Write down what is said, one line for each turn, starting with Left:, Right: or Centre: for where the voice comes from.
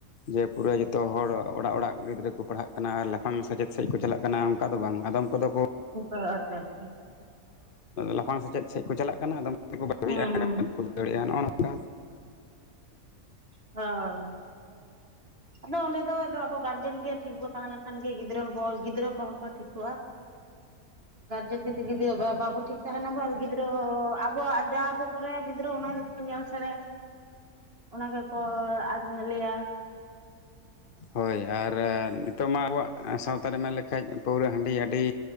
Left: ᱡᱮ ᱯᱩᱨᱟᱹ ᱡᱚᱛᱚ ᱦᱚᱲ ᱚᱲᱟᱜ ᱚᱲᱟᱜ ᱜᱤᱫᱽᱨᱟᱹ ᱠᱚ ᱯᱟᱲᱦᱟᱜ ᱠᱟᱱᱟ ᱟᱨ ᱞᱟᱯᱷᱟᱝ ᱥᱮᱪᱮᱫ ᱥᱮᱫ ᱠᱚ ᱪᱟᱞᱟᱜ ᱠᱟᱱᱟ ᱫᱚ ᱵᱟᱝ ᱟᱫᱚᱢ ᱠᱚᱫᱚ ᱠᱚ
Right: ᱚ <unintelligible> ᱟᱪᱪᱷᱟ ᱟᱪᱪᱷᱟ
Left: ᱞᱟᱯᱷᱟᱝ ᱥᱮᱪᱮᱫ ᱥᱮᱫ ᱠᱚ ᱪᱟᱞᱟᱜ ᱠᱟᱱᱟ ᱟᱫᱚᱢ ᱠᱚᱫᱚ ᱵᱟᱹᱜᱤᱭᱮᱫᱼᱟ
Right: ᱦᱮᱸ ᱦᱮᱸ
Left: <unintelligible> ᱫᱟᱲᱮᱭᱟᱜᱼᱟ ᱱᱚᱜᱼᱚ ᱱᱚᱝᱠᱟ
Right: ᱦᱚᱸᱻ ᱟᱫᱚ ᱚᱸᱰᱮ ᱫᱚ ᱟᱵᱚ ᱜᱟᱨᱡᱮᱱ ᱜᱮ ᱴᱷᱤᱠ ᱵᱚ ᱛᱟᱦᱮᱸ ᱞᱮᱱᱠᱷᱟᱱ ᱜᱮ ᱜᱤᱫᱽᱨᱟᱹᱦᱚᱸᱵᱚ ᱜᱤᱫᱽᱨᱟᱹ ᱠᱚᱦᱚᱸ ᱠᱚ ᱴᱷᱤᱠᱚᱜᱼᱟ ᱜᱟᱨᱡᱮᱱ ᱡᱩᱫᱤ ᱜᱤᱫᱤᱼ ᱵᱟᱼ ᱵᱟᱵᱚᱱ ᱴᱷᱤᱠ ᱛᱟᱦᱮᱱᱟ ᱟᱨ ᱜᱤᱫᱽᱨᱟᱹ ᱛᱚ ᱟᱵᱚᱣᱟᱜ ᱡᱟ ᱟᱵᱚ ᱠᱚᱨᱟᱭᱟ ᱜᱤᱫᱽᱨᱟᱹ ᱚᱱᱟ ᱜᱮᱠᱚ ᱧᱮᱞ ᱥᱮᱬᱟᱭᱟ ᱚᱱᱟ ᱜᱮᱠᱚ <unintelligible> ᱞᱟᱹᱭᱟ
Left: ᱦᱳᱭ ᱟᱨ ᱱᱤᱛᱚᱜ ᱢᱟ ᱟᱵᱚᱣᱟᱜ ᱥᱟᱶᱛᱟ‌ ᱨᱮ ᱢᱮᱱ ᱞᱮᱠᱷᱟᱡ ᱯᱟᱹᱣᱨᱟᱹ ᱦᱟᱺᱰᱤ ᱟᱹᱰᱤ